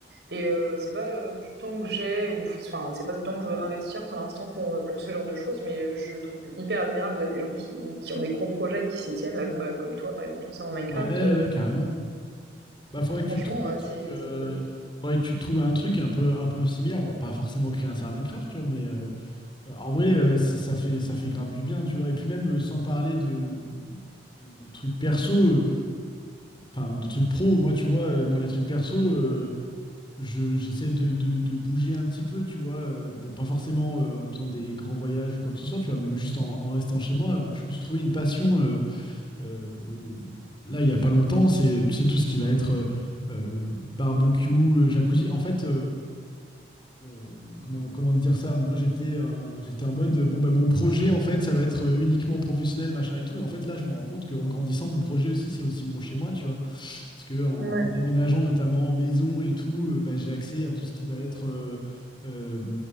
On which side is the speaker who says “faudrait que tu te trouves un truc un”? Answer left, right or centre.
Left